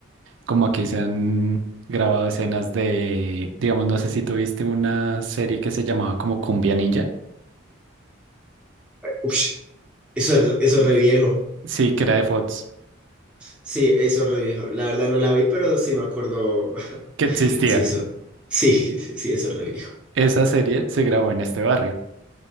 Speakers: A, on the right; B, in the centre.
A: como aquí se han grabado escenas de, digamos, no sé si tuviste una serie que se llamaba como Cumbia Ninja,
B: Ush, eso es, eso es re viejo.
A: sí, que era de Fox,
B: Sí, eso es re viejo. La verdad no la vi, pero sí me acuerdo. <laughs>
A: que existía.
B: Sí, eso. Sí, <laughs> sí, eso es re viejo.
A: Esa serie se grabó en este barrio,